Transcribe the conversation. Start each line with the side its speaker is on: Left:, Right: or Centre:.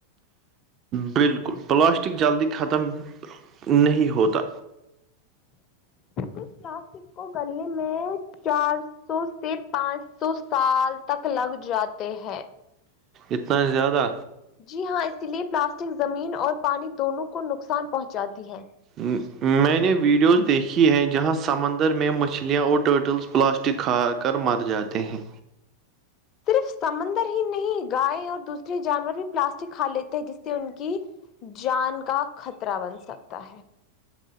Right: بالکل پلاسٹک جلدی ختم نہیں ہوتا
Left: اس پلاسٹک کو گلنے میں چار سو سے پانچ سو سال تک لگ جاتے ہیں
Right: اتنا زیادہ
Left: جی ہاں اسی لیے پلاسٹک زمین اور پانی دونوں کو نقصان پہنچاتی ہے
Right: ہمم آ میں نے ویڈیوز دیکھی ہیں جہاں سمندر میں مچھلیاں اور ٹرٹلس پلاسٹک کھاک کر مر جاتے ہیں
Left: صرف سمندر ہی نہیں گائے اور دوسرے جانور بھی پلاسٹک کھا لیتے ہیں جس سے ان کی جان کا خطرہ بن سکتا ہے